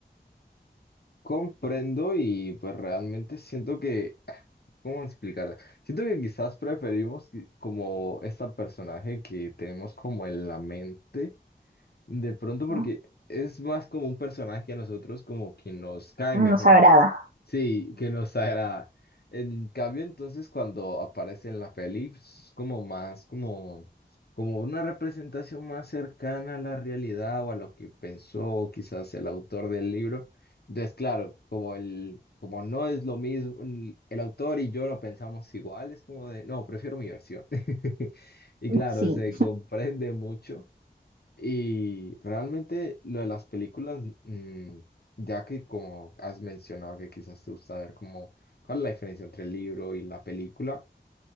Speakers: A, on the left (about 60°); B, on the right (about 55°).
A: Comprendo y pues realmente siento que, ah, ¿cómo explicarla? Siento que quizás preferimos que- como este personaje que tenemos como en la mente, de pronto porque
B: ¿no?
A: es más como un personaje que a nosotros como que nos cae
B: Nos
A: mejor.
B: agrada.
A: Sí, que nos agrada. En cambio, entonces, cuando aparece en la peli, pues, es como más, como, como una representación más cercana a la realidad o a lo que pensó quizás el autor del libro. Entonces, claro, como el, como no es lo mismo, el el autor y yo lo pensamos igual, es como de, no, prefiero mi versión. <laughs> Y claro,
B: Sí,
A: se comprende mucho. Y realmente lo de las películas, mm, ya que como has mencionado que quizás te gusta ver como cuál es la diferencia entre el libro y la película,